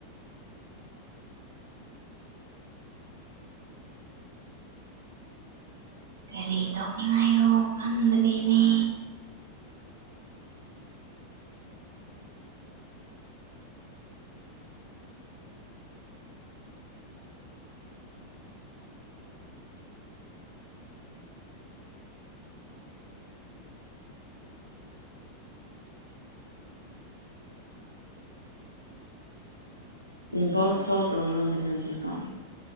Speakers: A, on the right (about 70°); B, on the left (about 85°).
A: ꯀꯔꯤ ꯇꯧꯅꯤꯉꯥꯏꯔꯣ ꯈꯪꯗ꯭ꯔꯔꯤꯅꯦ
B: ꯁ ꯊꯣ ꯇꯧꯅ ꯗꯤꯖꯤꯅꯒꯤ ꯀꯥꯟ